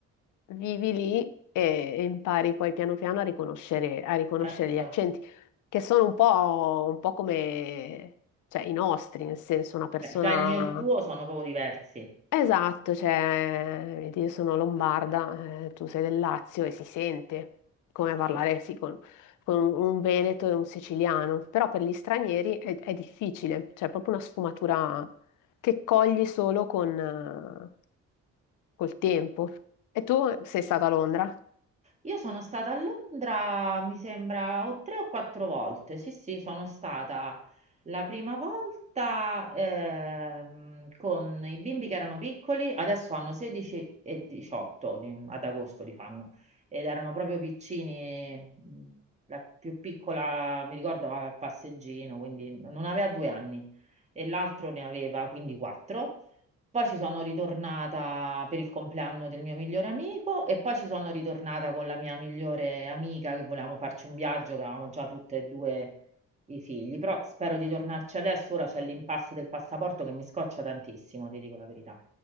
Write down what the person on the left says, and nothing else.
vivi lì e, e impari poi piano piano a riconoscere, a riconoscere
gli accenti, che sono un po', un po' come cioè, i nostri, nel senso una persona...
Esatto, cioè, vedi, io sono lombarda, eh, tu sei del Lazio e si sente come parlare
sì, con, con un veneto e un siciliano, però per gli stranieri è, è difficile, cioè è proprio una sfumatura che cogli solo con, eh, col tempo. E tu sei stata a Londra?